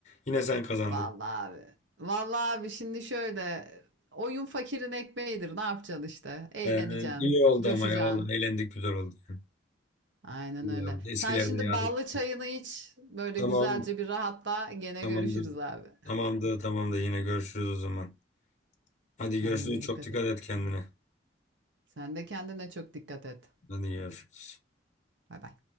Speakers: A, on the left (about 40°); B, on the right (about 75°).
A: yine sen kazandın.
B: Vallahi abi. Vallahi abi şimdi şöyle oyun fakirin ekmeğidir. Ne yapacaksın işte? Eğleneceksin,
A: Ee, iyi oldu
B: coşacaksın.
A: ama ya vallahi eğlendik güzel oldu. yani.
B: Aynen
A: İyi
B: öyle.
A: oldu. Eskilerde
B: Sen şimdi
A: yad
B: ballı
A: ettik.
B: çayını iç. Böyle
A: Tamam
B: güzelce bir rahatla. Gene
A: tamamdır
B: görüşürüz abi.
A: tamamdır tamamdır yine görüşürüz o zaman. Hadi
B: Kendine
A: görüşürüz çok
B: dikkat
A: dikkat
B: et.
A: et kendine.
B: Sen de kendine çok dikkat et.
A: Hadi görüşürüz.
B: Bay bay.